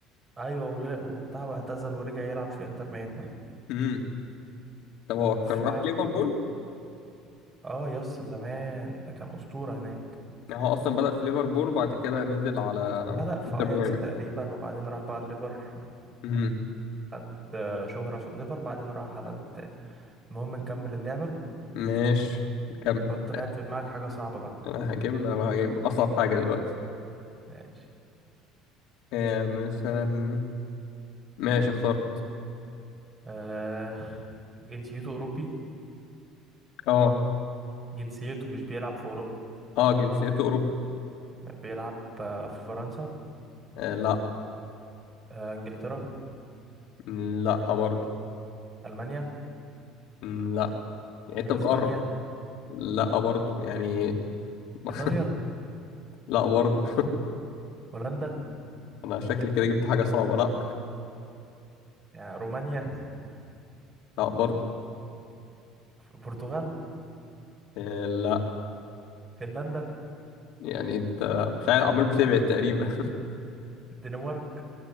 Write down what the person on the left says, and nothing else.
امم طب هو كان
راح ليفربول
يعني هو اصلا بدأ في ليفربول وبعد كده نزل على آه،
انتر
ميامي
امم
ماشي كمل
آه،
انا هجيب انا هجيب اصعب حاجة دلوقتي
آه، مثلا ماشي اخترت
اه
اه جنسيته اوروبي
آه لا
م، لا برضه
م، لا يعني انت
بتقرب لا برضه يعني <laughs>
لا برضه
انا شكلي كده جبت حاجة صعبة لا
لا برضه
آه لا
يعني انت مش عارف عمال بتبعد تقريبا